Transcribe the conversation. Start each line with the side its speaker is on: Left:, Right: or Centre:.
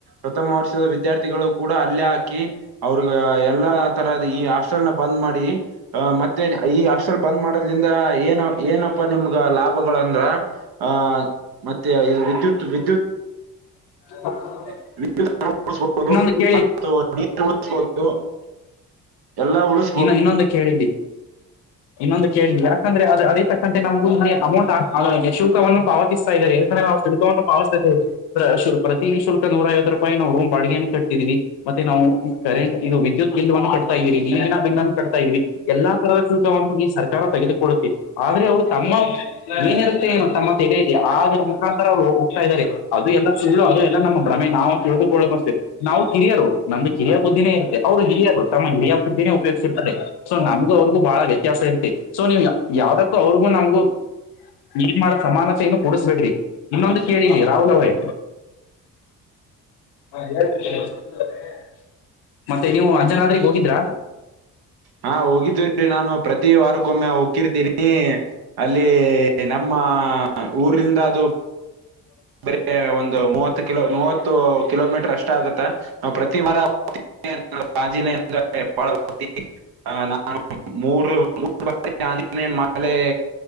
Right: ಪ್ರಥಮ ವರ್ಷದ ವಿದ್ಯಾರ್ಥಿಗಳು ಕೂಡ ಅಲ್ಲೇ ಹಾಕಿ ಅವ್ರಗ ಎಲ್ಲಾ ತರದ ಈ ಹಾಸ್ಟೆಲ್ ನ ಬಂದ್ ಮಾಡಿ ಅ ಮತ್ತೆ ಈ ಹಾಸ್ಟೆಲ್ ಬಂದ್ ಮಾಡದಲಿಂದ ಏನ ಏನಪ್ಪಾ ನಿಮ್ಗ ಲಾಭಗಳಂದ್ರ ಆ ಮತ್ತೆ ಇದು ವಿದ್ಯುತ್ ವಿದ್ಯುತ್
Left: <unintelligible>
Right: <unintelligible>
Left: ಇನ್ನೊಂದು ಕೇಳಿ
Right: ಎಲ್ಲಾ ಉಳಸ
Left: ಈಗ ಇನ್ನು ಇನ್ನೊಂದು ಕೇಳ ಇಲ್ಲಿ
Right: <unintelligible>
Left: ಇನ್ನೊಂದು ಕೇಳ ಇಲ್ಲಿ ಯಾಕಂದ್ರೆ ಅದು ಅದೇ ತಕ್ಕಂತೆ ನಮಗೂ ಅಮೌಂಟ್ ಶುಲ್ಕವನ್ನು ಪಾವತಿಸ್ತಾ ಇದ್ದಾರೆ ಶುಲ್ಕವನ್ನು <unintelligible> ಪ್ರ ಶು ಪ್ರತಿ ಶುಲ್ಕ ನೂರೈವತ್ ರೂಪಾಯಿ ನಾವು ರೂಮ್ ಬಾಡ್ಗೆನೆ ಕಟ್ತಿದೀವಿ ಮತ್ತೆ ನಾವು ಕರೆಂಟ್ ಇದು ವಿದ್ಯುತ್ ಬಿಲ್ ಒಂದ್ ಕಡ್ತಾ ಇದೀರಿ ನೀವೇನಾರು ಬಿಲ್ಲನ್ ಕಟ್ತಾ ಇದಿರಿ. ಎಲ್ಲಾ ತರದ ಶುಲ್ಕವನ್ನು ಈ ಸರ್ಕಾರ ತೆಗೆದುಕೊಳ್ಳುತ್ತೆ ಆದ್ರೆ ಅವರು ತಮ್ಮ ಏನಿರುತ್ತೆ ಏನೊ ತಮ್ಮ ತೆರೆಲೀ ಆದರ್ ಮುಖಾಂತರ ಅವ್ರ್ ಓ ತಾಯಿದ್ದಾರೆ ಅದು ಎಲ್ಲ <unintelligible> ಅದು ಎಲ್ಲಾ ನಮ್ಮ ಭ್ರಮೆ ನಾವು ತಿಳಿದುಕೊಳ್ಲೋದ್ ಒಂದ್ ಸೇಫ್ ನಾವು ಕಿರಿಯರು ನಮುಗ್ ಕಿರಿಯ ಬುದ್ಧಿನೇ ಇತ್ತೆ ಅವರು ಹಿರಿಯರು ತಮ್ಮ ಹಿರಿಯ ಬುದ್ಧಿನೇ ಉ ಉಪಯೋಗ್ಸಿರ್ತಾರೆ ಸೊ ನಮ್ಗೂ ಅವ್ರ್ ಗೂ ಭಾಳ ವ್ಯತ್ಯಾಸ ಇರುತ್ತೆ ಸೊ ನೀವ್ ಯ ಯಾವ್ದಕ್ಕೂ ಅವ್ರ್ ಗೂ ನಮಗೂ ನೀನ್ ಮಾಡ ಸಮಾನತೆಯನ್ನು ಕೊಡಿಸಬೇಡ್ರಿ ಇನ್ನೊಂದು ಕೇಳಿ ಇಲ್ಲಿ ರಾಹುಲ್ ಅವರೇ <unintelligible> ಮತ್ತೆ ನೀವು ಅಂಜನಾದ್ರಿಗ್ ಹೋಗಿದ್ರಾ?
Right: ಹಾಂ ಹೋಗಿದ್ವಿ ರೀ ನಾನು ಪ್ರತಿ ವಾರಕ್ಕೊಮ್ಮೆ ಹೋಗ್ ತಿರ್ತೀನಿ ಅಲ್ಲಿ ನಮ್ಮ ಊರಿಂದ ಅದು ಬರೆ ಒಂದು ಮೂವತ್ತು ಕಿಲೋ ಮೂವತ್ತು ಕಿಲೋಮೀಟರ್ ಅಷ್ಟ ಆಗುತ್ತ ನಾವ್ ಪ್ರತಿ ವಾರ <unintelligible> <unintelligible> ಮೂರು ಮೂರು <unintelligible> ಆಂಜನೇನ್ ಮಾಲೆ